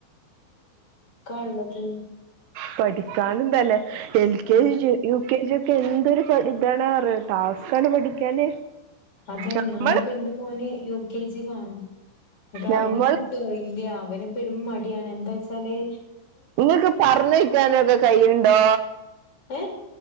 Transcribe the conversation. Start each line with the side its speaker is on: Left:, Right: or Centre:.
Left: ക്ക ള്ളത്
Right: പഠിക്കാനുത് നേ എൽ
Left: ആ,
Right: കെ ജി ജു യു കെ ജി ഒക്കെ എന്തൊരു ഇതാണ് അറിയോ ടാസ്ക്കണ് പഠിക്കാന്
Left: അതെ
Right: നമ്മള്
Left: ഞാനിപ്പ എന്റെ മോനെ യു കെ ജി ലാണ് അത
Right: നമ്മള്
Left: അവനെ കിട്ടോ ഇല്ല അവന് പെരും മടിയാണ് എന്താ ചാല്
Right: നിങ്ങൾക്ക് പറഞ്ഞേയിക്കാനത് കയ്ണ്ടോ
Left: ഏ